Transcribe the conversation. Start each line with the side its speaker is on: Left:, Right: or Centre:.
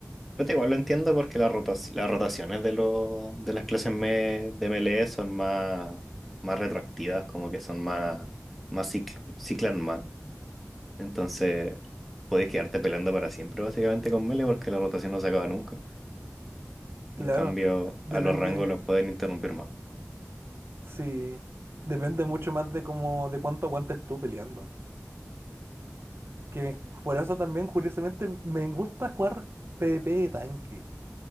Centre: Pero igual lo entiendo porque las rotaci- las rotaciones de, los de las clases me- de MLE son más, más retroactivas, como que son más, más cic- ciclan más. Entonces, puedes quedarte peleando para siempre básicamente con Melee porque la rotación no se acaba nunca. En
Right: Claro,
Centre: cambio,
Right: depende.
Centre: a los rangos los pueden interrumpir más.
Right: Sí, depende mucho más de cómo, de cuánto aguantes tú peleando. Que por eso también, curiosamente, me gusta jugar PvP de tanque.